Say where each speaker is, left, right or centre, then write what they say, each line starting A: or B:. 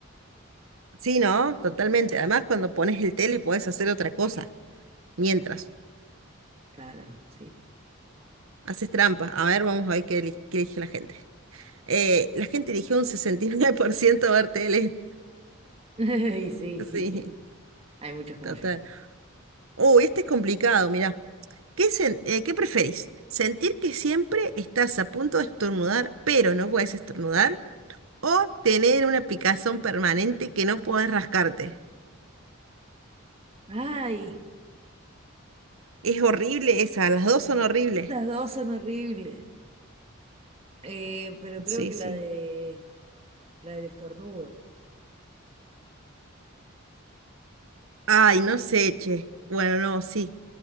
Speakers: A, on the right (about 80°); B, on the right (about 30°).
A: Sí, ¿no? Totalmente. Además, cuando pones el tele puedes hacer otra cosa mientras
B: Claro, sí.
A: haces trampa. A ver, vamos a ver qué, eli- qué elige la gente. Eh, la gente eligió un 69% ver tele.
B: <laughs> Y sí,
A: <laughs> Sí,
B: <laughs> hay muchos como
A: total.
B: yo.
A: Uy, este es complicado, mirá. ¿Qué, sen- eh, ¿qué preferís? ¿Sentir que siempre estás a punto de estornudar, pero no puedes estornudar? ¿O tener una picazón permanente que no podés rascarte?
B: Ay,
A: Es horrible esa, las dos son horribles.
B: las dos son horribles. Eh, pero creo
A: Sí,
B: que
A: sí.
B: la de, la del estornudo.
A: Ay, no sé, che. Bueno, no, sí.